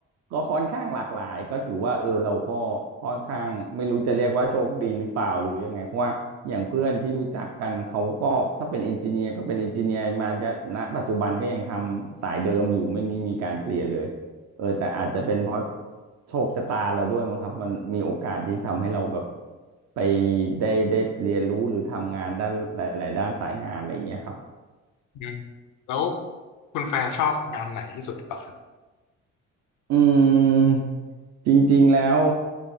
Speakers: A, on the right; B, on the left.
A: ก็ค่อนข้างหลากหลายก็ถือว่าเออเราก็ค่อนข้างไม่รู้จะเรียกว่าโชคดีหรือเปล่าหรือยังไงเพราะว่าอย่างเพื่อนที่รู้จักกันเขาก็ถ้าเป็นเอนจิเนียร์ก็เป็นเอนจิเนียร์มาจะณปัจจุบันก็ยังทำสายเดิมอยู่ไม่มีมีการเปลี่ยนเลยเออแต่อาจจะเป็นเพราะโชคชะตาเราด้วยมั้งครับมันมีโอกาสที่ทำให้เราแบบไปได้ได้เรียนรู้หรือทำงานด้านหลายๆด้านสายงานอะไรอย่างเงี้ยครับ
B: อืมแล้วคุณแฟร์ชอบงานไหนที่สุดเหรอครับ
A: อืมจริงๆ แล้ว